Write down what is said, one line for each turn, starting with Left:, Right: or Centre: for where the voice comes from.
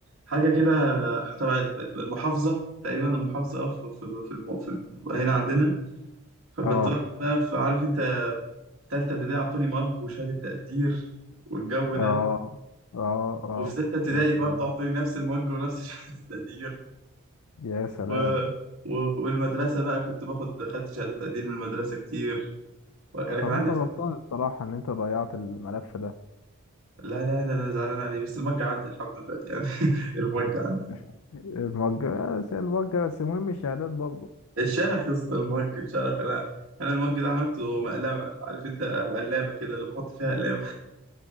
Right: حاجه كده آه، تبع الب- المحافظه تقريبا المحافظه اه في في في, الم... في الم... هنا عندنا فكنت
Left: آه
Right: واخد بقى في عارف انت في تالتة ابتدائي أعطوني مج وشهادة تقدير والجو ده
Left: آه آه آه
Right: وفي ستة ابتدائي
Left: يا سلام
Right: برضه أعطوني نفس المج ونفس <laughs> شهادة التقدير
Left: يا سلام
Right: و... و... والمدرسة بقى كنت باخد خدت شهادة تقدير من المدرسة كتير أنا
Left: طب
Right: كان عندي
Left: أنت غلطان
Right: أصلا امتحان
Left: الصراحة إن أنت ضيعت الملف ده
Right: لا لا لا أنا زعلان عليه بس المج عندي الحمد لله يعني <laughs> المج عندي
Left: <laughs> الموجه بس الموجه بس المهم الشهادات برضو
Right: اتشرخ يا اسطى المج اتشرخ أنا أنا المج ده عملته مقلمة عارف أنت وقلامة كده اللي بحط فيها أقلام